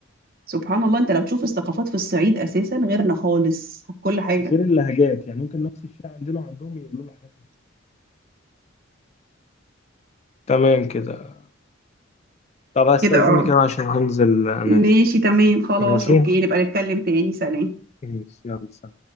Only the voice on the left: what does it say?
غير اللهجات يعني ممكن نفس الشيء عندنا وعندهم يقولوا له حاجات تمام كده طب هستأذنك
أنا عشان هنزل أنام
ماشي
ماشي،
يلا سلام